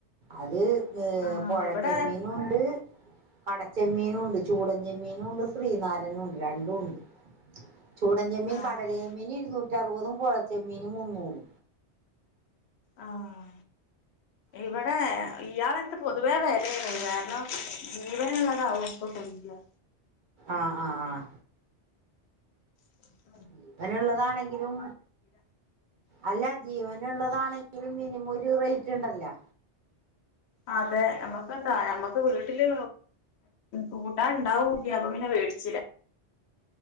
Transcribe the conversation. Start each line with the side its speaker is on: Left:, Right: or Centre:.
Right: അത് ഏ
Left: ആഹ്
Right: പുഴച്ചെ
Left: ഇവിടെ
Right: മീനു ഉണ്ട് കടച്ചെമ്മീനും ഉണ്ട് ചൂടചെമ്മീനും ഉണ്ട് ശ്രീനാരനും ഉണ്ട് രണ്ടും ഉണ്ട് ചൂടൻചമ്മീൻ
Left: ആഹ്
Right: കടലിയമ്മീൻ ഇരുന്നൂ അറുപതും പോഴ ചെമ്മീന് മുന്നൂറ്
Left: ആഹ് ഇവിടെ ഇയാളത്ത് പൊതുവേ വെ കാരണം ജീവനള്ളതാവുംഇപ്പ കൊണ്ട രണ
Right: ആഹ ആഹ ആഹ
Left: ഓ
Right: ജീവനള്ളതാണെങ്കിലും അല്ല ജീവൻ ജീവനുള്ളതാണെങ്കിലും മിനിമംഒരു റേറ്റ് ഉണ്ടല്ലോ
Left: അതെ നമ്മക്ക്ന്താ നമ്മക്ക് വീട്ടില് കൂട്ടാ ഉണ്ടാവൂില്ല അപ്പൊ പിന്നെ വേടിച്ചില്ല